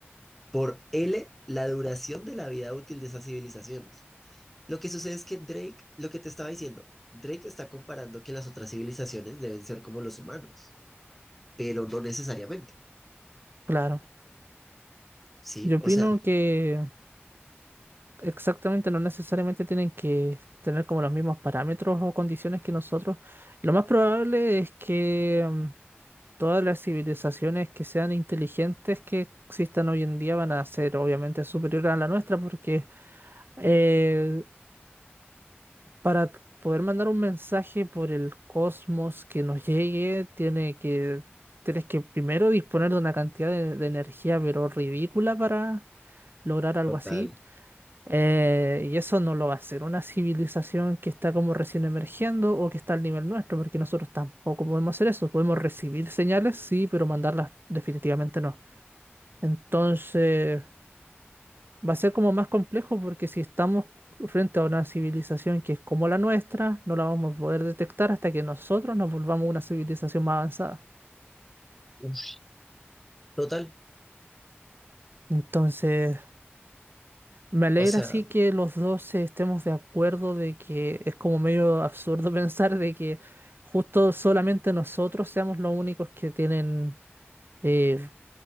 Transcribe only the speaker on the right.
claro.
Yo opino
que exactamente no necesariamente tienen que tener como los mismos parámetros o condiciones que nosotros. Lo más probable es que mm, todas las civilizaciones que sean inteligentes que existan hoy en día van a ser obviamente superiores a la nuestra porque... eh, Para t- poder mandar un mensaje por el cosmos que nos llegue, tiene que, tienes que primero disponer de una cantidad de, de energía, pero ridícula para lograr algo
así. Eh, y eso no lo va a hacer una civilización que está como recién emergiendo o que está al nivel nuestro, porque nosotros tampoco podemos hacer eso. Podemos recibir señales, sí, pero mandarlas definitivamente no. Entonces va a ser como más complejo porque si estamos frente a una civilización que es como la nuestra, no la vamos a poder detectar hasta que nosotros nos volvamos una civilización más avanzada.
Entonces, me alegra
sí que los dos estemos de acuerdo de que es como medio absurdo <laughs> pensar de que justo solamente nosotros seamos los únicos que tienen eh,